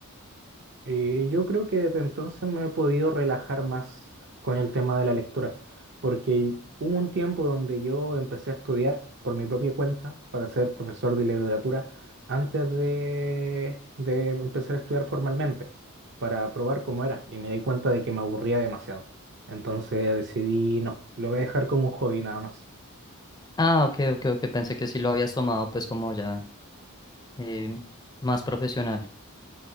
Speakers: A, on the right; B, on the left.
A: Eh, yo creo que desde entonces me he podido relajar más con el tema de la lectura, porque hubo un tiempo donde yo empecé a estudiar por mi propia cuenta para ser profesor de literatura antes de, de empezar a estudiar formalmente, para probar cómo era, y me di cuenta de que me aburría demasiado. Entonces decidí, no, lo voy a dejar como un hobby nada más.
B: Ah, ok, ok, ok, pensé que sí lo habías tomado pues como ya eh, más profesional.